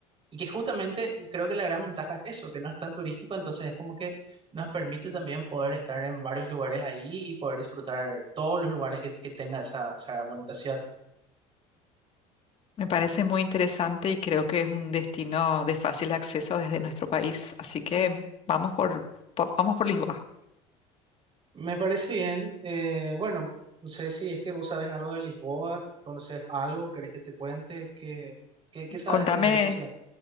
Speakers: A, on the right (about 35°); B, on the left (about 40°).
A: y que justamente creo que la gran ventaja es eso, que no es tan turístico, entonces es como que nos permite también poder estar en varios lugares ahí y poder disfrutar todos los lugares que, que tenga esa, esa bonita ciudad.
B: Me parece muy interesante y creo que es un destino de fácil acceso desde nuestro país. Así que vamos por, po- vamos por Lisboa.
A: Me parece bien. Eh, bueno, no sé si es que vos sabés algo de Lisboa, conoces algo, querés que te cuente, ¿qué, qué, qué sabes
B: Contame
A: de esa ciudad?